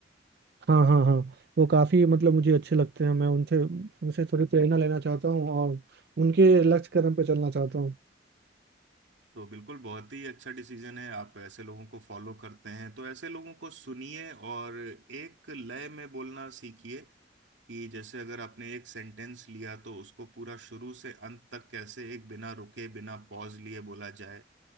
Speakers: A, on the right (about 60°); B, on the right (about 85°).
A: हाँ हाँ हाँ वो काफ़ी मतलब मुझे अच्छे लगते हैं मैं उनसे उनसे थोड़ी प्रेरणा लेना चाहता हूँ और उनके लक्ष्य कदम पे चलना चाहता हूँ
B: तो बिल्कुल बहुत ही अच्छा डिसीजन है आप ऐसे लोगों को फॉलो करते हैं तो ऐसे लोगों को सुनिए और एक लय में बोलना सीखिए कि जैसे अगर आपने एक सेंटेंस लिया तो उसको पूरा शुरू से अंत तक कैसे एक बिना रुके बिना पॉज लिए बोला जाए